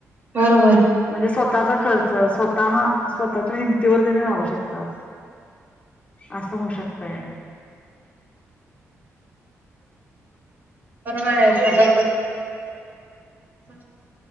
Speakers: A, on the right (about 40°); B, on the left (about 25°).
A: बरोबर
B: म्हणजे स्वतःचा खर्च स्वतः स्वतःच्या हिमतीवर त्यांनी राहू शकतात असं होऊ शकतय.
A: <unintelligible> तरी सुधा